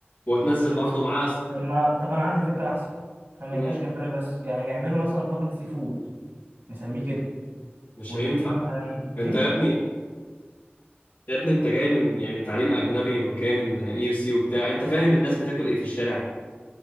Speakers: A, on the left; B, on the right.
A: وهتنزل
B: نن-
A: برضو معاه س-
B: طب ما طب انا عندي فكره احسن احنا ما
A: مم.
B: يبقاش جمبري بس يعني نعمله مثلا طاجن سي فود نسميه كده
A: مش
B: ونجيب
A: هينفع
B: مثلا
A: انت
B: ليه
A: يا ابني يا ابني انت جاي من يعني تعليم اجنبي وجاي من اي يو سي وبتاع انت فاهم الناس بتاكل ايه في الشارع